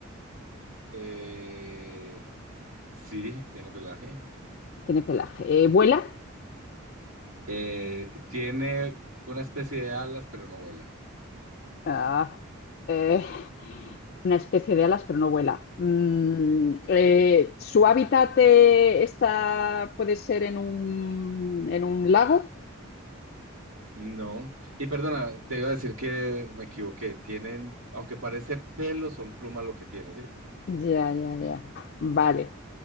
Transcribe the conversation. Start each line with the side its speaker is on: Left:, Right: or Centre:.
Right: Eh, sí, tiene pelaje.
Left: Tiene pelaje. Eh, ¿vuela?
Right: Eh, tiene una especie de alas, pero no vuela.
Left: Ah, eh, una especie de alas, pero no vuela. Mm, eh, ¿su hábitat eh, está, puede ser en un, en un lago?
Right: No. Y perdona, te iba a decir que me equivoqué. Tienen, aunque parece pelo, son plumas lo que tiene, ¿sí?
Left: Ya, ya, ya. Vale.